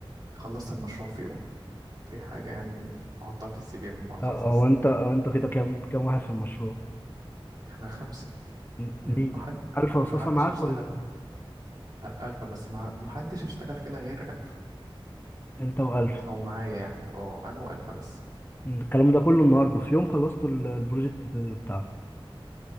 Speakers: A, on the right; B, on the left.
A: خلصت المشروع في يوم دي حاجة يعني احطها في السي في لما اخلص
B: آه هو انت هو انتوا كده كام كام واحد في المشروع
A: احنا خمسة
B: م-
A: م-
B: مين
A: محد
B: ألفا وصاصة
A: محدش
B: معاك
A: اشتغل
B: ولا
A: لا، ألفا بس مع... محدش اشتغل فينا غير ألفا
B: انت وألفا
A: أو معايا يعني اه أنا وألفا بس
B: مم، الكلام ده كله النهارده في يوم خلصتوا ال- البروجكت ده- بتاعه